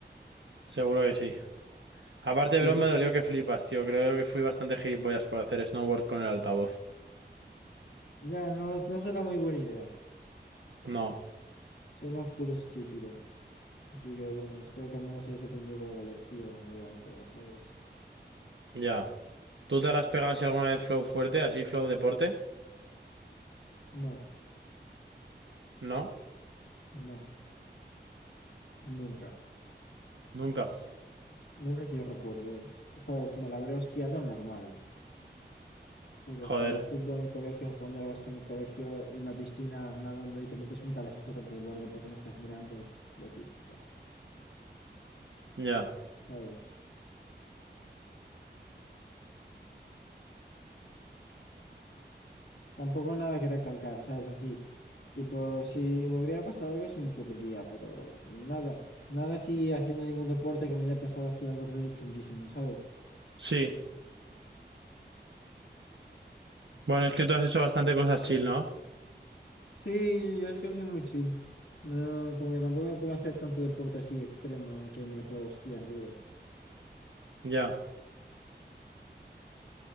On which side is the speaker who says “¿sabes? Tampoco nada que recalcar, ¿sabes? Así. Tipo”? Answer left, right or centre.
Left